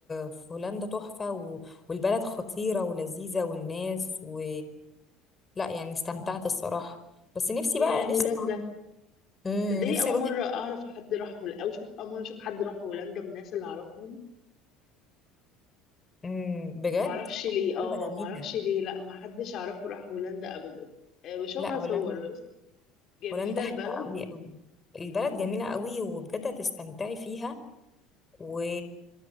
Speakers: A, on the left; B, on the left.
A: في هولندا تحفه و... والبلد خطيره ولذيذه والناس و... لا يعني استمتعت الصراحه بس نفسي
B: يا
A: بقى نفسي
B: هولندا
A: امم
B: تصدقي
A: نفسي
B: اول
A: اروح
B: مره اعرف حد راح هولندا او شوف اول مره اشوف حد راح هولندا من الناس اللي اعرفهم
A: امم بجد
B: معرفش ليه
A: هولندا
B: اه
A: جميله
B: معرفش ليه لا محدش اعرفه راح هولندا ابدا آه، بشوفها
A: لا هولندا
B: صور بس جميله
A: هولندا حلوه
B: البلد
A: قوي قوي البلد
B: مم.
A: جميله قوي وبجد هتستمتعي فيها و...